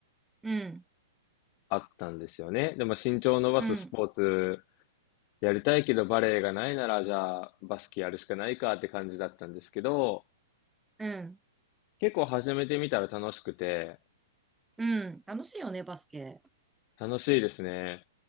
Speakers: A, in the centre; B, on the left.
A: うん、
B: あったんですよね。でも身長を伸ばすスポーツ
A: うん、
B: やりたいけどバレエがないなら、じゃあバスケやるしかないかって感じだったんですけど、
A: うん、
B: 結構始めてみたら楽しくて、
A: うん。楽しいよね、バスケ。
B: 楽しいですね。